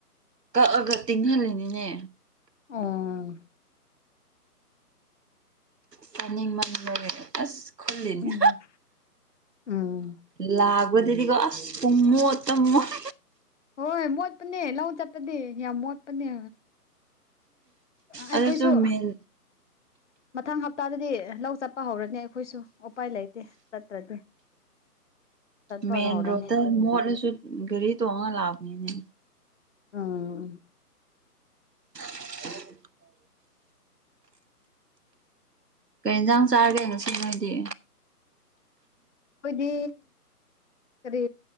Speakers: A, on the right; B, on the left.
A: ꯀꯛꯑꯒ ꯇꯤꯡꯍꯜꯂꯤꯅꯤꯅꯦ
B: ꯑꯣ
A: ꯆꯥꯅꯤꯡ ꯃꯟꯕꯒꯤ ꯑꯁ ꯈꯨꯟꯔꯤꯅꯤ
B: ꯎꯝ ꯎꯝ
A: ꯂꯥꯛꯕꯗꯗꯤꯒꯣ ꯑꯁ ꯄꯨꯡꯃꯣꯠꯇ ꯃꯣꯠ
B: ꯍꯣꯏ ꯃꯣꯠꯄꯅꯦ ꯂꯧ ꯆꯠꯄꯗꯤ ꯌꯥꯝ ꯃꯣꯠꯄꯅꯦ꯫ ꯑꯩꯈꯣꯏꯁꯨ
A: ꯑꯗꯨꯁꯨ ꯃꯦꯟ
B: ꯃꯊꯪ ꯍꯞꯇꯥꯗꯗꯤ ꯂꯧ ꯆꯠꯄ ꯍꯧꯔꯅꯤ ꯑꯈꯣꯏꯁꯨ ꯎꯄꯥꯏ ꯂꯩꯇꯦ ꯆꯠꯇ꯭ꯔꯗꯤ <inaudible>
A: ꯃꯦꯟ
B: ꯍꯧꯔꯅꯤ
A: ꯔꯣꯗꯇ ꯃꯣꯠꯂꯁꯨ ꯒꯥꯔꯤ ꯇꯣꯡꯉꯒ ꯂꯥꯛꯄꯅꯤꯅꯦ
B: ꯎꯝ
A: <unintelligible> ꯀꯩ ꯌꯦꯟꯖꯥꯡ ꯆꯥꯔꯒꯦ ꯉꯁꯤ ꯅꯣꯏꯗꯤ
B: ꯈꯣꯏꯗꯤ ꯀꯔꯤ